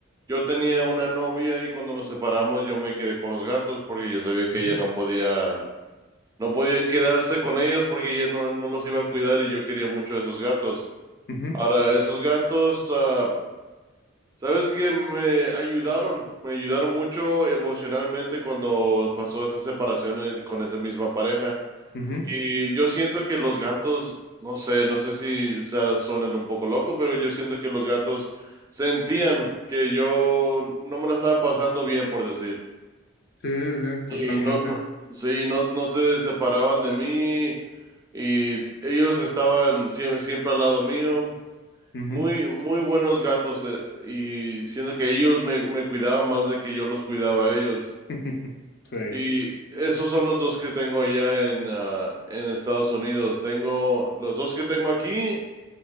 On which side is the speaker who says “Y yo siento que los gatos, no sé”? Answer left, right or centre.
Right